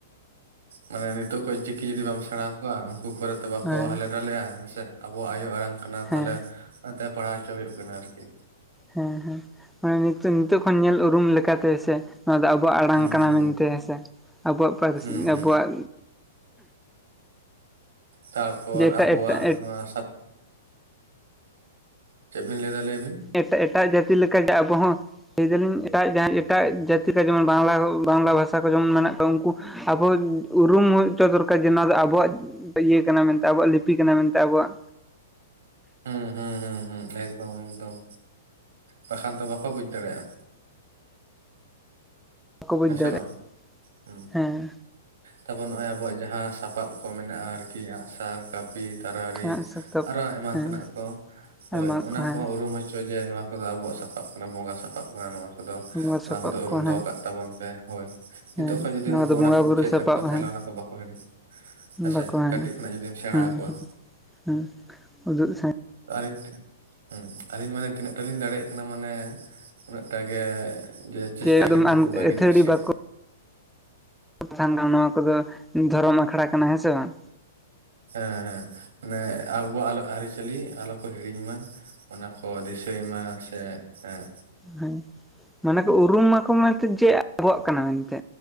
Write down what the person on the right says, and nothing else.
ᱢᱟᱱᱮ ᱱᱤᱛᱚᱜ ᱠᱷᱚᱡ ᱪᱤᱠᱤ ᱡᱩᱫᱤ ᱵᱟᱢ ᱥᱮᱬᱟ ᱦᱟᱠᱚᱣᱟ ᱩᱸᱠᱩ ᱯᱚᱨᱮᱼᱼ ᱛᱚ ᱵᱟᱠᱚ
ᱦᱟᱞᱮ ᱰᱷᱟᱞᱮᱜᱼᱟ ᱦᱮᱸᱥᱮ ᱟᱵᱚᱣᱟᱜ ᱟᱭᱳ ᱟᱲᱟᱝ ᱠᱟᱱᱟ
ᱛᱟᱦᱮᱞᱮᱼᱼ ᱚᱱᱟᱛᱮ ᱯᱟᱲᱦᱟᱣ ᱦᱚᱪᱚ ᱦᱩᱭᱩᱜ ᱠᱟᱱᱟ ᱟᱨᱠᱤ।
ᱦᱩᱸ
ᱦᱩᱸ
ᱦᱩᱸ ᱦᱩᱸ
ᱛᱟᱯᱚᱨ
ᱟᱵᱚᱣᱟᱜ
ᱱᱚᱣᱟ ᱥᱟᱯ ᱪᱮᱫ ᱵᱤᱱ ᱞᱟᱹᱭᱫᱟ ᱞᱟᱹᱭ ᱵᱤᱱ।
ᱦᱩᱸ ᱦᱩᱸ ᱦᱩᱸ ᱦᱩᱸ ᱮᱠᱫᱚᱢ ᱮᱠᱫᱚᱢ ᱵᱟᱠᱷᱟᱱ ᱫᱚ ᱵᱟᱠᱚ ᱵᱩᱡᱽ ᱫᱟᱲᱮᱭᱟᱜᱼᱟ।
ᱦᱮᱸ
ᱥᱮ ᱵᱟᱝ ᱦᱩᱸ।
ᱛᱟᱯᱚᱨ ᱱᱚᱜᱼᱚᱭ ᱟᱵᱚᱣᱟᱜ ᱡᱟᱦᱟᱸ ᱥᱟᱯᱟᱵ ᱠᱚ ᱢᱮᱱᱟᱜᱼᱟ ᱟᱨᱠᱤ ᱟᱸᱜᱼᱥᱟᱨ ᱠᱟᱹᱯᱤᱼᱼ ᱛᱟᱨᱣᱟᱨᱤ
ᱟᱨᱚ ᱮᱢᱟᱱ
ᱛᱮᱱᱟᱜ ᱠᱚ ᱦᱳᱭ
ᱚᱱᱟ
ᱠᱚᱦᱚᱸ ᱩᱨᱩᱢ ᱦᱚᱪᱚ ᱡᱮ ᱱᱚᱣᱟᱼᱼ ᱠᱚᱫᱚ ᱟᱵᱚᱣᱟᱜ ᱥᱟᱯᱟᱵ ᱠᱟᱱᱟ ᱵᱚᱸᱜᱟ ᱥᱟᱯᱟᱵ ᱠᱟᱱᱟ ᱱᱚᱣᱟ ᱠᱚᱫᱚ
ᱱᱚᱣᱟ
ᱠᱚᱫᱚ ᱩᱨᱩᱢ
ᱫᱚᱦᱚᱠᱟᱜ
ᱛᱟᱵᱚᱱᱼᱼ ᱦᱳᱭ ᱱᱤᱛᱚᱜ
ᱠᱷᱚᱱ ᱡᱩᱫᱤ
ᱩᱱᱠᱩ
ᱚᱱᱟ
ᱠᱚᱢ
ᱪᱮᱫ
ᱟᱠᱚᱣᱟ ᱛᱟᱦᱚᱞᱮ
ᱚᱱᱟ ᱠᱚ ᱵᱟᱠᱚ ᱦᱤᱲᱤᱧᱟ। ᱦᱮᱸᱥᱮ
ᱠᱟᱹᱴᱤᱡ ᱠᱷᱚᱱᱟᱜ ᱡᱩᱫᱤᱢ ᱥᱮᱬᱟ
ᱟᱠᱚᱣᱟ।
ᱟᱨᱤᱴ ᱦᱩᱸ ᱟᱞᱤᱧ ᱢᱟᱱᱮ ᱛᱤᱱᱟᱹᱜ ᱴᱟ ᱞᱤᱧ ᱫᱟᱲᱮᱭᱟᱜ ᱠᱟᱱᱟ ᱢᱟᱱᱮ ᱩᱱᱟᱹᱜᱴᱟᱜ ᱜᱮ ᱡᱮ ᱪᱮᱥᱴᱟᱭᱟᱞᱤᱧ
ᱩᱱᱠᱩ
ᱵᱷᱟᱜᱮ
ᱧᱚᱜ ᱥᱮ
ᱦᱮᱸ ᱦᱮᱸ ᱢᱟᱱᱮ ᱟᱵᱚ ᱟᱞᱚ ᱟᱹᱨᱤᱪᱟᱹᱞᱤ ᱟᱞᱚ ᱠᱚ ᱦᱤᱲᱤᱧ ᱢᱟ᱾ ᱚᱱᱟ ᱠᱚ ᱫᱤᱥᱟᱹᱭ ᱢᱟ ᱥᱮ ᱦᱮᱸ